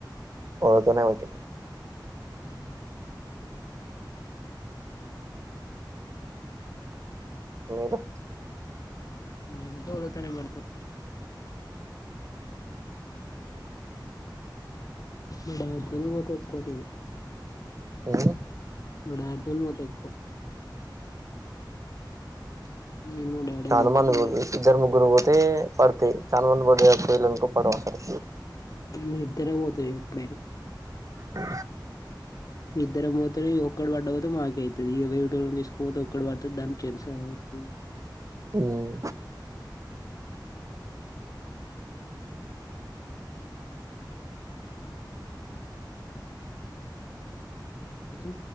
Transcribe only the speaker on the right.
రోజు ఒకటి
మీరు
ఉ
తాన్
మన్ పోంది
ఇద్దరు ముగ్గురు పో పడతాయి చాలా మంది పడతయి పోయిలు అనుకో పడవు అసలు
ఆ
ఉమ్